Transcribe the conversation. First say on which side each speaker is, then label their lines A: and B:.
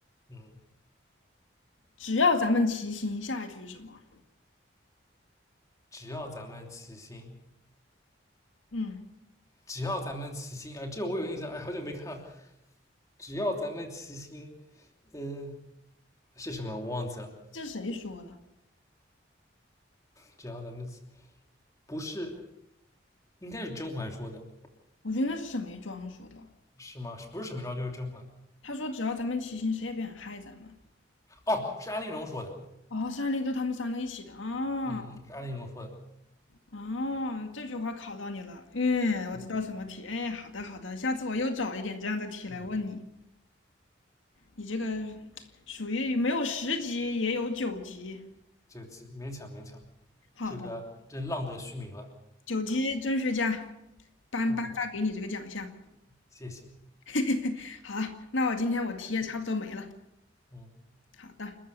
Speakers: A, on the left; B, on the left.
A: 嗯，
B: 只要咱们齐心，下一句是什么？
A: 只要咱们齐心。
B: 嗯，
A: 只要咱们齐心，啊！这我有印象，哎，好久没看了。只要咱们齐心，嗯、是什么？我忘记了。
B: 这是谁说的？
A: 只要咱们不是，应该是甄嬛说的，
B: 我觉得应该是沈眉庄说的。
A: 是吗？不是沈眉庄就是甄嬛。
B: 他说只要咱们齐心，谁也别想害咱们。
A: 哦，是安陵容说的，
B: 哦，山林就他们三个一起的啊
A: 嗯，是安陵容说的，
B: 啊！这句话考到你了。嗯，我知道什么题。
A: 嗯
B: 哎，好的好的，下次我又找一点这样的题来问你。
A: 嗯，
B: 你这个属于没有十级也有九级。
A: 这个勉强勉强，
B: 好的，
A: 这个真浪得虚名了，
B: 好九级甄学家颁颁发给你这个奖项。
A: 嗯，谢谢，
B: <laughs> 好，那我今天我题也差不多没了。
A: 嗯。
B: 好的。